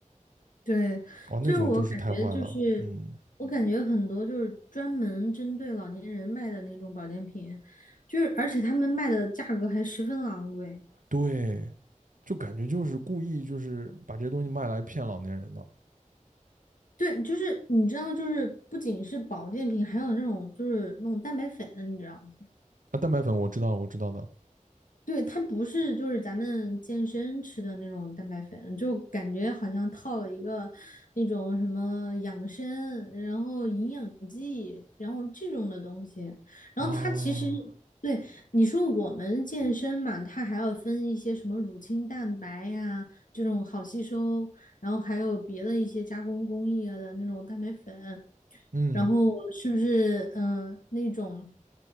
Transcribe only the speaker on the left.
对，就是我感觉就是我感觉很多就是专门针对老年人卖的那种保健品，
就是而且他们卖的价格还十分昂贵。
对，就是你知道，就是不仅是保健品，还有那种就是那种蛋白粉啊，你知道吗？
对，它不是就是咱们健身吃的那种蛋白粉，就感觉好像套了一个那种什么养生，然后营养剂，然后这种的东西。然后它其实
对你说我们健身嘛，它还要分一些什么乳清蛋白呀、这种好吸收，然后还有别的一些加工工艺啊的那种蛋白粉，
然后是不是嗯、呃那种